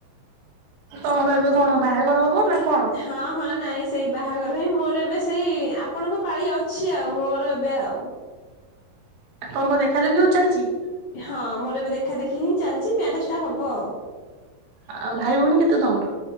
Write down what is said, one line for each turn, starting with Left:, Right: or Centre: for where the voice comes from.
Right: ତମର ଏବେ କଣ ବାହାଘର ହବ? ନା କଣ ତମର
Left: ହଁ ହଁ ନାଇଁ ସେଇ ବାହାଘର ହେଇ ମୋର ଏବେ ସେଇ ଆପଣଙ୍କ ପାଳି ଅଛି ଆଉ ମୋର ଏବେ ଆଉ
Right: ତମର କଣ ଦେଖା ଦେଖି ଚାଲିଛି
Left: ହଁ ମୋର ଏବେ ଦେଖା ଦେଖି ହିଁ ଚାଲିଛି ମ୍ୟାରେଜ ଟା ହବ।
Right: ଆଉ ଭାଇ ଭଉଣୀ କେତେ ତମର?